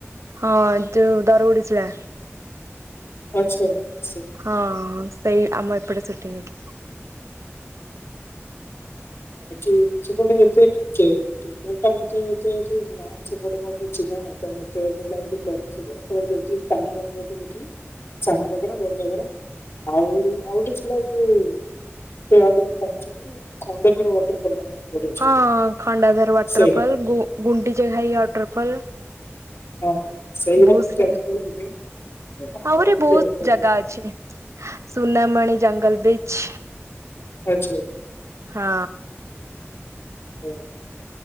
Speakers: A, on the right; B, on the left.
A: ହଁ ଯୋଉ ଦରବୁଢୀ ସିଳା
B: ଆଚ୍ଛା, ଆଛା।
A: ହଁ, ସେଇ ଆମ ଏପଟେ ସୁଟିଙ୍ଗ ହେଇଥଲା।
B: ଏଠି ସେପଟେ ଏତେ କି ଟିମର୍ ଟା ମତେ ଏତେ ଏଠି ନା ସେପଟେ ମୋର ଚିହ୍ନା ତ ମତେ ବୁଲାବୁଲି କରିନୁ ସେପଟେ କଣ ଚାଲଚି ପାଣି ଭାଗ <inaudible> ଦେଖିବି। ସାନଗାଗେରା, ବଡଗାଗେରା ଆଉ, ଆଉ ଗୋଟେ ଥିଲା ଯୋଉ ଇଆଡେ କଣ ସବୁ ଖଣ୍ଡ ଝାର ୱେଟଲ ଫଲ୍ ନା କଣ? ସେ ଗୋଟେ ଅଛି
A: ହଁ,
B: ଗୋଟେ
A: ଖାଣ୍ଡାଧର ୱାଟରଫଲ୍,
B: ସେଇଟା
A: ଗୁ, ଗୁଣ୍ଡିଚି ଘାାଇ ୱାଟରଫଲ୍।
B: ହଁ ସେଇଗୁଡା
A: ବୋହୁ
B: ମୁଁ
A: ସା
B: ଯାଇଛି କାଳେ ବୁଲିବାକୁ ଆଉ
A: ଆହୁରି
B: ଏତେ
A: ବୋହୁତ
B: କୁଆଡେ
A: ଜାଗା
B: ଯାଇନି।
A: ଅଛି। ସୁନାମାଣି ଜଙ୍ଗଲ୍ ବିଚ୍।
B: ଆଚ୍ଛା।
A: ହଁ।
B: ହଁ।